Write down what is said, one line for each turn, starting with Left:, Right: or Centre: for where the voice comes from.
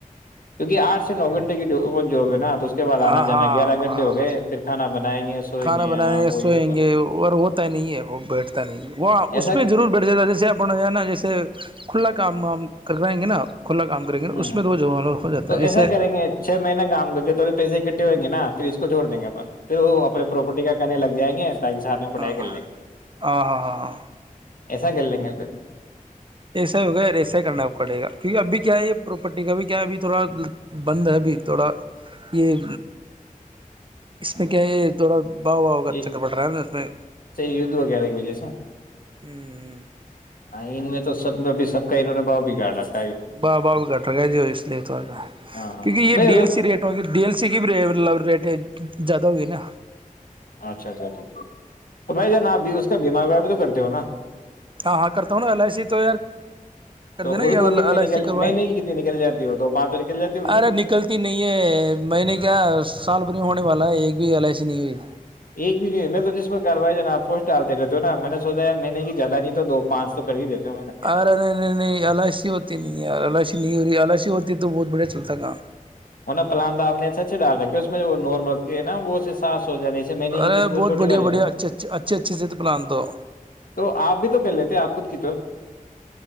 Left: کیونکہ آٹھ سے نو گھنٹے کی ہو نا تو اس کے بد
Right: ہاں
Left: آنا
Right: ہاں
Left: جانا گیارہ
Right: ہاں
Left: گھٹے ہو گئے پھر کانا بنائیں گے سوئیں
Right: کھانا
Left: گے
Right: بنانے
Left: ہاں وہ
Right: سوئیں
Left: یہ
Right: گے اور ہوتا نہیں ہے وہ بیٹھتا نہیں ہے وہ اس
Left: ایسا
Right: میں ضرور بیٹھ جاتا ہے جیسے اپ ہے نا جیسے کھلا کام ہم کر رہے گے نا کھلا کام کریں گے
Left: ہوں
Right: اس میں تو جو ہو جاتا
Left: تو
Right: ہے جیسے
Left: ایسا کریں گے چھ مہیین کام کر کے تھوڑے پیسے کی ہو گی نا پھر اس کوھوڑ دیں گے پھر وہ اپنے پراپرٹی کا کہنے لگ جائیں گے تاکہ ساتھ میں پڑھائی
Right: ہ ہ
Left: کر لیں گے
Right: ہاں ہاں ہاں
Left: ایسا کر لیں گے پھر
Right: ایسا ہی ہوگیا ایسا ہی کرنا کٹے گا کیونکہ ابھی کیا ہے یہ پراپرٹی کا بھی کیا ہے ابھی تھوڑا بند ہے ابھی تھوڑا یہ اس میں کیا ہے یہ تھوڑا باؤ واؤ کا
Left: اچا
Right: چکر پڑ رہا ہے نا اس میں
Left: یہ ید وگار ایک بجے سے
Right: ہوں ہ
Left: ہ ان میں تو سب میں ابھی سب کا انہوں نے باؤ بگاڑا تھا
Right: باہ باہ گٹر گ جو اس لیے توا
Left: ہاں
Right: کیونکہ یہ
Left: بھائی
Right: ڈی
Left: اگر
Right: ایل سی ریٹ ہوگ ڈی ایل سی کی ریٹ ہے زیادہ ہوگئی نا
Left: اچھا اچھاھ تو بھائی ج نا اپ اس کا بیمار ومار بھی تو کرتے ہو نا
Right: ہاں ہاں کرتا ہوں نا ایل آئی سی تو یار کر
Left: تو
Right: دینا
Left: وہ کتنی
Right: ایل آئی
Left: نکل
Right: سی کروائے
Left: مہینے کی کتنی نکل جاتی ہو دو پانچ تو نکل جاتی ہوگی
Right: رے نکلتی نہیں ہے میں نے کیا سال بھر ہونے والا ہے یہ کبھی ایل آئی سی نہیں ہوئی
Left: ایک بھی نہیں ہو ہے میں تو جس پر کاروائی ہے ناپو ٹالتے رہتے ہو نا میں نے سوچا ار میں نے کہ جیادہ نہیں تو دو پانچ تو کر ہی دیتے ہو میں کیا
Right: ارے نہیں نہیں نہیں الاشی ہوتی نہیں یار اائشی نہیں نہیںور آلاش ہوتی تو بہت بڑیا چلتا کا
Left: نا پلاند آپ نے اچھا اچھے ڈال رکھیا اس میں نور م کے ہے نا وہ ساس ہو جاتی ایسے مہینے کی
Right: ارے
Left: قسم
Right: بہت
Left: چھوٹی
Right: بڑھیا
Left: والی
Right: بڑھیا
Left: ہے نا
Right: اچھے اچھے اچھے اچھے سے تو پلان دو
Left: تو آپ بھی تو کر لیتے آپ کتک تو